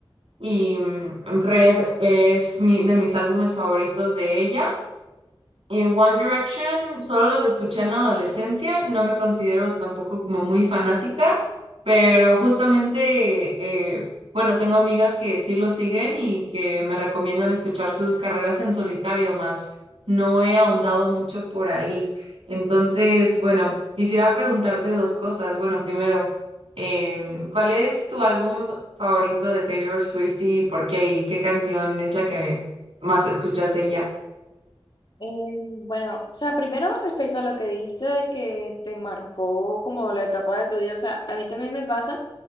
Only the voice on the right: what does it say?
y mm, Red es mi- de mis álbumes favoritos de ella. Eh, One Direction, solo los escuché en la adolescencia, no me considero tampoco como muy fanática, pero justamente, eh, bueno, tengo amigas que sí lo siguen y que me recomiendan escuchar sus carreras en solitario, más no he ahondado mucho por ahí. Entonces, bueno, quisiera preguntarte dos cosas. Bueno, primero, em, ¿cuál es tu álbum favorito de Taylor Swift y por qué? ¿Y qué canción es la que más escuchas de ella?